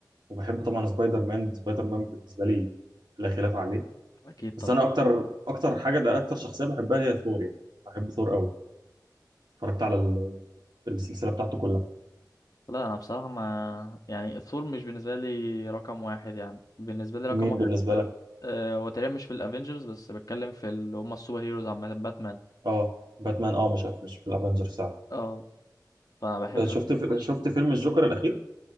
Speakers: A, on the right; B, on the left.
A: وبحب طبعا سبايدر مان سبايدر مان بالنسبه لي لا خلاف عليه
B: اكيد طبعا
A: بس انا اكتر اكتر حاجه ده اكتر شخصيه بحبها هي ثور يعني بحب ثور قوي اتفرجت على ال- السلسله بتاعته كلها
B: لا انا بصراحه ما يعني ثور مش بالنسبه لي رقم واحد يعني بالنسبه لي رقم
A: مين
B: واحد
A: بالنسبه
B: بقى
A: لك
B: أه وتقريبا مش في الافينجرز بس بتكلم في اللي هم السوبر هيروز عامه باتمان
A: اه باتمان اه مش مش في الافنجرز فعلا
B: اه فانا بحب
A: آه، شفت
B: باتمان
A: في...
B: فشخ
A: شفت فيلم الجوكر الاخير